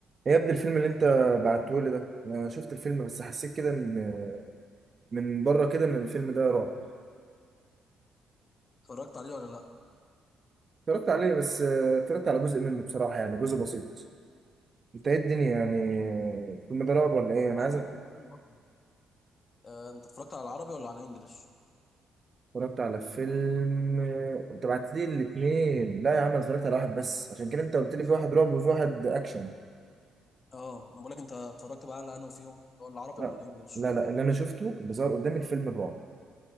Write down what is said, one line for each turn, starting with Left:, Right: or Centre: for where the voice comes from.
Right: إيه يا ابني الفيلم اللي انت بعته لي ده انا شفت الفيلم بس حسيت كده ان من بره كده ان الفيلم ده رعب
Left: اتفرجت عليه ولا لا
Right: اتفرجت عليه بس آه، اتفرجت على جزء منه بصراحة يعني جزء بسيط انت ايه الدنيا يعني آه، الفيلم ده رعب ولا ايه
Left: كنت
Right: انا
Left: بعت
Right: عايز
Left: لك الاثنين اصلا آه، انت اتفرجت على العربي ولا على الانجليش
Right: اتفرجت على فيلم آه، انت بعت لي الاثنين لا يا عم انا اتفرجت على واحد بس عشان كده انت قلت لي في واحد رعب وفي واحد اكشن
Left: اه انا بقول لك انت اتفرجت بقى على انه فيهم اللي هو العربي
Right: لا
Left: ولا الانجليش
Right: لا لا اللي انا شفته اللي ظهر قدامي الفيلم الرعب